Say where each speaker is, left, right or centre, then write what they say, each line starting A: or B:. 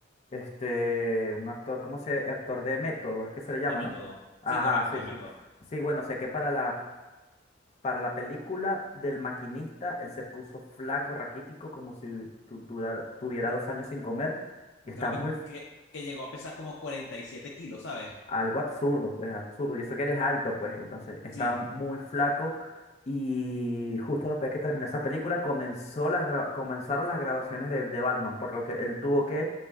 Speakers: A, on the left; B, on the left.
A: este, un actor, ¿cómo se? Actor de método, es que se le llama,
B: de método.
A: ¿no? Ajá,
B: Sí, correcto,
A: sí,
B: de
A: sí.
B: método.
A: Sí, bueno, sé que para la, para la película del maquinista, él se puso flaco, raquítico, como si tu- durara- tuviera dos años sin comer, y está
B: Creo que,
A: muy,
B: que, que llegó a pesar como 47 kilos, ¿sabes?
A: algo absurdo, pues absurdo. Y eso que él es alto, pues entonces estaba
B: Sí,
A: muy flaco. Y justo después que terminó esa película, comenzó la gra- comenzaron las grabaciones de, de Batman, por lo que él tuvo que